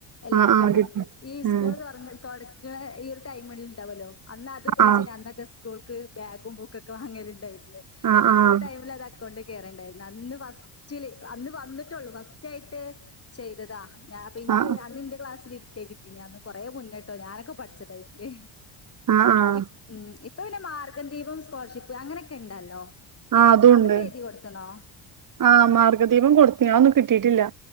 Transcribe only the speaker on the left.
എല്ലാ
കൊല്ലോം
ഈ
സ്കൂൾ തൊറ തെടക്കണ ഈ ഒരു ടൈമിൽഡാവല്ലോ അന്ന് അത് ഉപയോഗിച്ച്
ഞാ അന്നൊക്ക സ് സ്കൂൾക്ക് ബാഗും ബുക്കൊക്കെ വാങ്ങല് ഇണ്ടായിനു
ആ ഒരു ടൈമില് അത് അക്കോണ്ട് കേറെണ്ടായിരുന്നു അന്ന് ഫസ്റ്റില് അന്ന് വന്നിട്ടൊള്ളൂ ഫസ്റ്റായിട്ട് ചെയ്തതാ ഞാ പിൻക്ക്
അതിന്റെ ക്ലാസ്സിൽ എനി ഒക്കെ കിട്ടീന് കൊറേ മുന്നെട്ടോ ഞാനൊക്കെ പഠിച്ച ടൈമില്
ഇപ്പ് ഉം ഇപ്പ് ഇപ്പം പിന്നെ മാർഗംദീപം സ്കോളർഷിപ്പ് അങ്ങനൊക്കെ ഉണ്ടല്ലോ
അതൊക്കെ എഴുതി കൊടുത്തണോ